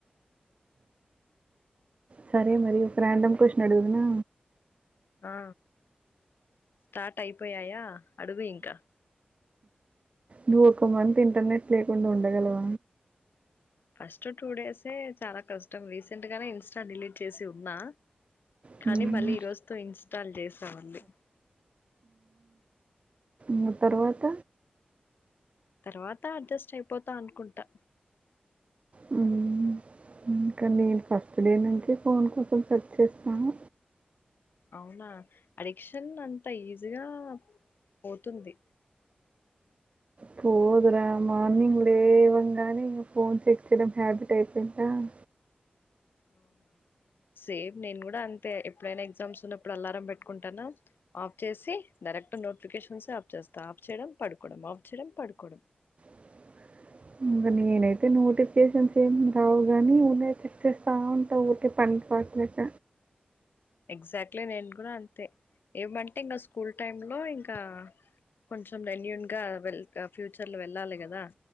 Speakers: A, on the right (about 35°); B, on the left (about 80°).
A: సరే మరి ఒక రాండమ్ క్వశ్చన్ అడుగుదునా
B: ఆ స్టార్ట్ అయిపోయాయా అడుగు ఇంక
A: నువ్వు ఒక మంత్ ఇంటర్నెట్ లేకుండా ఉండగలవా
B: ఫస్ట్ టూ డేసే చాలా కష్టం రీసెంట్ గానే ఇన్స్టా డిలీట్ చేసి ఉన్నా
A: హ్మ్.
B: కానీ మళ్ళీ ఈ రోజుతో ఇన్స్టాల్ చేసామళ్ళీ
A: మ్ తర్వాత
B: తర్వాత అడ్జస్ట్ అయిపోతా అనుకుంటా
A: హ్మ్. ఇంకా నేను ఫస్ట్ డే నుంచి ఫోన్ కోసం సర్చ్ చేస్తాను
B: అవునా అడిక్షన్ అంత ఈజీగా పోతుంది
A: పోదురా మార్నింగ్ లేవంగానే ఇగ ఫోన్ చెక్ చేయడం హ్యాబిట్ అయిపోయిందా <inaudible>
B: అవునా సేమ్ నేను గూడా అంతే ఎప్పుడైనా ఎగ్జామ్స్ ఉన్నప్పుడు అలారం పెట్టుకుంటానా ఆఫ్ చేసి ద నెట్ నోటిఫికేషన్స్ ఆఫ్ చేస్తా ఆఫ్ చేయడం పడుకోడం ఆఫ్ చేయడం పడుకోడం
A: ఆ <inaudible> ఇంగ నేనైతే నోటిఫికేషన్స్ ఏమి రావు గాని ఉన్నయ్ చెక్ చేస్తా ఉంటా ఊరికే పన్ పాటలేక
B: ఎగ్జాట్లీ నేను గూడా అంతే ఏమంటే ఇంకా స్కూల్ టైమ్ లో ఇంక్ ఇంకా కొంచెం వెన్యూన్ గా వెల్ ఫ్యూచర్ లో వెళ్ళాలి గదా